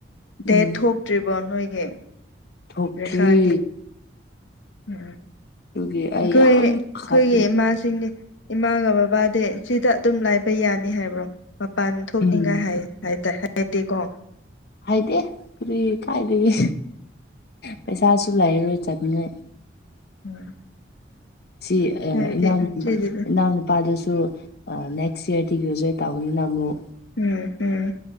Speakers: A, on the left; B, on the left.
A: ꯗꯦꯠ
B: ꯎꯝ
A: ꯊꯣꯛꯇ꯭ꯔꯤꯕꯣ ꯅꯣꯏꯒꯤ
B: ꯊꯣꯛꯇ꯭ꯔꯤ
A: ꯔꯦꯈꯥꯒꯤ ꯎꯝ
B: ꯑꯗꯨꯒꯤ ꯑꯩ
A: ꯑꯩꯈꯣꯏ
B: ꯌꯥꯝ
A: ꯑꯩꯈꯣꯏꯒꯤ
B: ꯄꯥꯈꯠꯂꯦ
A: ꯏꯃꯥꯁꯤꯡꯗꯤ ꯏꯃꯥꯒ ꯕꯕꯥꯗꯤ ꯁꯤꯗ ꯑꯗꯨꯝ ꯂꯩꯕ ꯌꯥꯅꯤ ꯍꯥꯏꯕ꯭ꯔꯣ ꯃꯄꯥꯟ ꯊꯣꯛꯅꯤꯡꯉꯥꯏ
B: ꯎꯝ
A: ꯍꯥꯏꯌꯦ ꯍꯥꯏꯗꯥꯏ ꯍꯥꯏꯗꯦꯀꯣ
B: ꯍꯥꯏꯗꯦ ꯀꯔꯤ ꯀꯥꯏꯗꯒꯤ ꯄꯩꯁꯥꯁꯨ ꯂꯩꯔꯔꯣꯏ ꯆꯠꯅꯤꯉꯥꯏ
A: <unintelligible>
B: ꯁꯤ ꯑꯦ
A: ꯍꯥꯏꯕꯗꯤ
B: ꯏꯅꯥꯎ ꯅꯨ
A: ꯁꯤꯗꯤ
B: ꯏꯅꯥꯎ ꯅꯨꯄꯥꯗꯁꯨ ꯇꯨ ꯑꯥ ꯅꯦꯛꯁꯠ ꯏꯌꯥꯔ ꯗꯤ <unintelligible>
A: ꯎꯝ ꯎꯝ